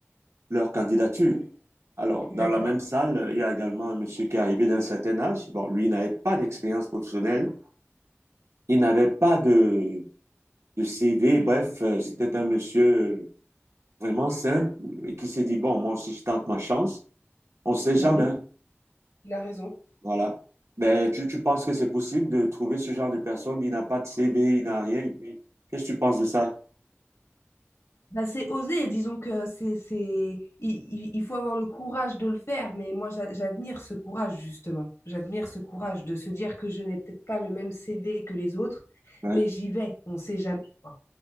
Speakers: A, on the right; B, on the left.
A: leur candidature. Alors, dans
B: D'accord.
A: la même salle, il y a également un monsieur qui est arrivé d'un certain âge. Bon, lui n'avait pas d'expérience professionnelle, Il n'avait pas de, de CV. Bref, euh, c'était un monsieur vraiment simple et qui s'est dit, bon, moi aussi, je tente ma chance. On ne sait
B: Bah
A: jamais.
B: oui. Il a raison.
A: Voilà. Ben, tu, tu penses que c'est possible de trouver ce genre de personne qui n'a pas de CV, il n'a rien. Et puis, qu'est-ce que tu penses de ça?
B: Bah, c'est oser, disons que c'est, c'est... Il, il- il faut avoir le courage de le faire, mais moi j'a- j'admire ce courage, justement. J'admire ce courage de se dire que je n'ai peut-être pas le même CV que les autres,
A: Ouais.
B: mais j'y vais, on ne sait jamais. quoi.